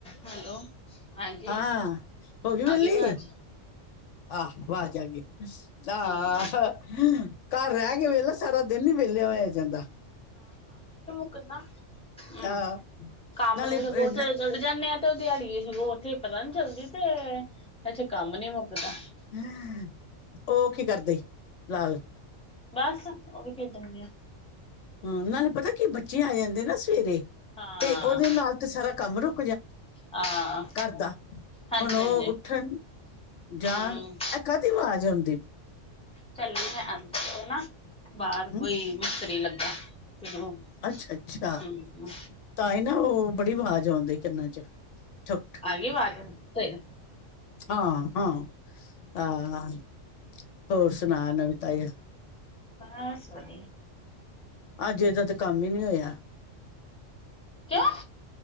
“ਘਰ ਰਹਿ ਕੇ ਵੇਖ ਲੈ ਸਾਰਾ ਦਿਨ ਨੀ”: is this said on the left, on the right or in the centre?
Left